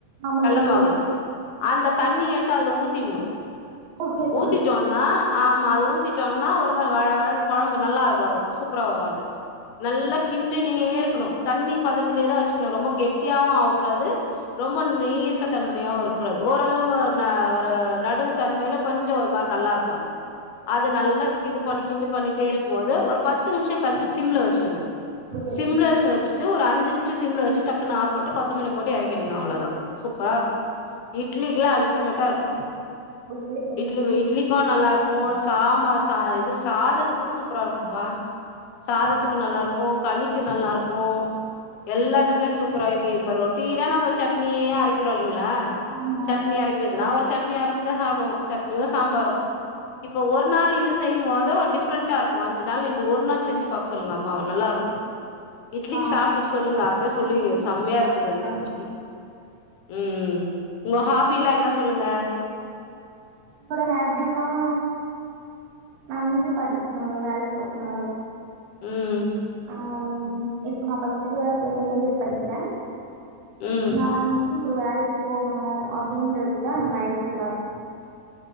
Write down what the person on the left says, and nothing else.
கள்ள
மாவு அந்த தண்ணி எடுத் து அதுல ஊத்திட்னு
ஊதிட்டோனா ஆ ம அத ஊத்திட்டோன்னா ஒரு மாரி வழ வழனு கொழம்பு நல்லா வரு சூப்பரா வரு அது நல்லா கிண்டினே இருக்கணு தண்ணி பதத்திலேயே தா வெச்சுக்கணு ரொம்ப கெட்டியவு ஆவக்கூடாது ரொம்ப நீர்க்க தன்மையாவோ இருக்கூடாது ஓரளவு நா ஒரு நடு தன்மையில கொஞ்சோ ஒரு மாரி நல்லா இருக்கோ அது அத நல்லா கிது பண்ணி கிண்டு பண்ணிட் டே இருக்குபோது ஒரு பத்து நிமிஷோ கழிச்சு சிம்ல வெச்சிடுங்க
சிம்லர்ஸ்ல
வெச்சுட்டு ஒரு அஞ்சு சி சிம்ல வெச்சி டக்குனு ஆஃப்ட்டு கொத்தமல்லி போட்டு ஏற கிடுங்க அவ்வளோதா சூப்பரா இருக்கோ இட்லிக்குலா அல்டிமேட்டா இருக்கோ
இட்லி இட்லிகோ நல்லார் கோ சாமா ச இது சாதத்து கூட சூப்பரா இருக்கும்பா சாதத்துக்கு
நல்லா இருக்கும் களி இட்லி நல்லா இருக்கும் எல்லாத்துக்குமே சூக்கரம்கிப்பய் இப்ப ரொட்டி நம்ம சட்னியே அரைக்கறோம் இல்லைங்களா லா
சட்னி அரைப்பியதுன்னா ஒரு சட்னி அரைச்சுதா சாப்பிடுவே சட்னியோ சாம்பாரோ இப்போ ஒரு நாள் இது செய்யும்போது ஒரு டிஃப்ரெண்டா இருக்கு அஞ்சு நாள் இது ஒரு நாள் செஞ்சு பாக்க சொல்லுங்க அம்மாவ நல்லா இருக்கு இது இட்லிக்கு
சாப்பிட்டுட்டு
சொல்லுங்க அப்பே
சொல்லுவீங்க
செம்மையா
இருக்குதுன்ட்டு.
கே உம் உம் உங்க ஹாபி எல்லா என்ன சொல்லுங்க.
உம்.
ம்